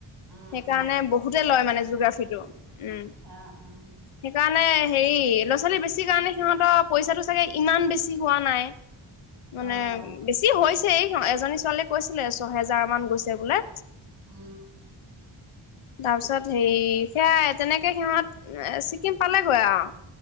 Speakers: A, on the right; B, on the left.
A: উম,
B: সেইকাৰণে
A: উম,
B: বহুতে লয়
A: সেইকাৰণে
B: মানে জগ্ৰাফি উম
A: অ', অ',
B: সেইকাৰণে হেৰি ল'ৰা ছোৱালী বেছি কাৰণে সিহঁত পইচাটো চাগে ইমান বেছি হোৱা নাই মানে
A: অ',
B: বেছি হৈ হৈছে নহ এজনী ছোৱালীয়ে কৈছিলে ছহেজাৰ মান গৈছে বোলে
A: অ
B: তাৰ পিছত হেৰি সেয়াাই তেনেকে সিহঁত ছিকিম পালেগৈ আৰু